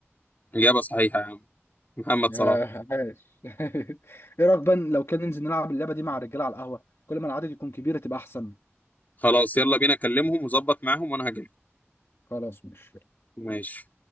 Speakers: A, on the left; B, on the left.
A: إجابة صحيحة يا عم محمد
B: ياه
A: صلاح
B: عاش <laughs> ايه رايك بقى لو كان ننزل نلعب اللعبه دي مع الرجاله على القهوه كل ما العدد يكون كبير تبقى احسن
A: خلاص يلا بينا كلمهم وظبط معاهم وانا هجيلكم
B: خلاص مش
A: ماشي